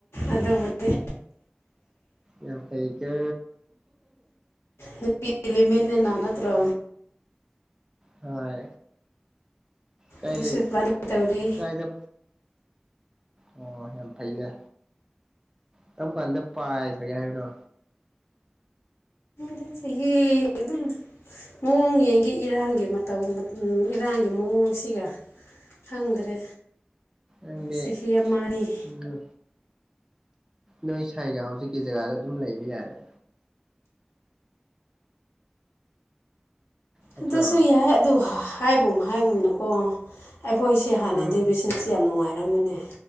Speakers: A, on the left (about 75°); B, on the right (about 15°).
A: ꯑꯗꯨꯕꯨꯗꯤ
B: ꯌꯥꯝ ꯐꯩ ꯀꯦ
A: ꯅꯨꯄꯤ ꯂꯤꯃꯤꯠꯅꯦꯅ ꯅꯠꯇ꯭ꯔꯣ
B: ꯍꯣꯏ ꯀꯥꯏ
A: ꯑꯗꯨꯁꯨ ꯄ꯭ꯂꯥꯅꯤꯡ ꯇꯧꯔꯤ
B: ꯀꯥꯏꯗ ꯑꯣ ꯌꯥꯝ ꯐꯩꯅꯦ ꯀꯔꯝ ꯀꯥꯟꯗ ꯄꯥꯏꯈꯒꯦ ꯍꯥꯏꯕꯅꯣ
A: ꯗ ꯆꯍꯤ ꯑꯗꯨꯝ ꯃꯑꯣꯡ ꯌꯦꯡꯒꯤ ꯏꯔꯥꯡꯒꯤ ꯃꯇꯧ ꯏꯔꯥꯡ ꯃꯑꯣꯡꯁꯤꯒ ꯈꯪꯗ꯭ꯔꯦ
B: ꯑꯦꯗꯤ
A: ꯆꯍꯤ ꯑꯃ ꯑꯅꯤ
B: ꯎꯝ ꯅꯣꯏ ꯁꯥꯏꯒ ꯍꯧꯖꯤꯛꯀꯤ ꯖꯒꯥꯗ ꯑꯗꯨꯝ ꯂꯩꯕ ꯌꯥꯔꯦ ꯅꯠꯇ꯭ꯔꯣ
A: ꯑꯗꯨꯁꯨ ꯌꯥꯏ ꯑꯗꯨ ꯍꯥꯏꯕꯨꯝ ꯍꯥꯏꯕꯨꯝꯅꯀꯣ ꯑꯩꯈꯣꯏꯁꯦ ꯍꯥꯟꯅꯗꯤ
B: ꯎꯝ
A: ꯕꯤꯖꯤꯅꯦꯁꯁ ꯌꯥꯝ ꯅꯨꯡꯉꯥꯏꯔꯝꯕꯅꯦ